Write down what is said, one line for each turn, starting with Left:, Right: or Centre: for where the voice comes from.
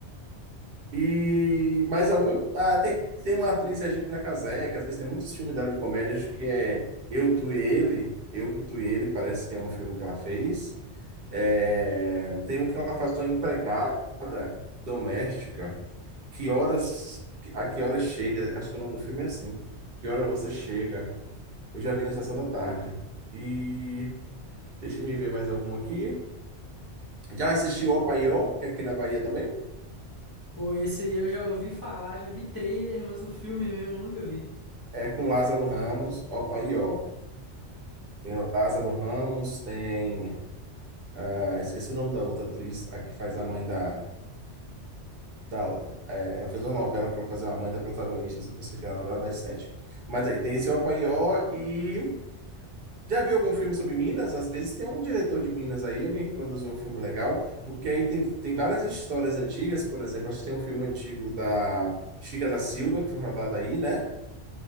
Right: E mais algum? Ah, tem, tem uma atriz, Regina Casé, que às vezes tem muitos filmes dela de comédia, acho que é Eu, Tu e Ele. Eu, Tu e Ele parece que é um filme que ela fez. É, tem um que ela faz uma empregada doméstica. Que horas, a que horas chega? Acho que o nome do filme é assim. Que hora você chega? Eu já vi na sessão da tarde. E deixa eu ver mais alguma aqui. Já assisti o Opaió, que é aqui na Bahia também?
Left: Pô, esse aí eu já ouvi falar, já vi trailer, mas o filme mesmo eu nunca vi.
Right: É com Lázaro Ramos, Opaió. Tem Lázaro Ramos, tem. ah, esqueci o nome da outra atriz, a que faz a mãe da. da é, ela fez uma novela que ela fazia a mãe da protagonista, só que eu esqueci a novela das sete. Mas aí, tem esse Opaió e. Já viu algum filme sobre Minas? Às vezes tem um diretor de Minas aí, alguém que produziu um filme legal, porque aí tem, tem várias histórias antigas, por exemplo, acho que tem um filme antigo da Chica da Silva, que foi rodado aí, né?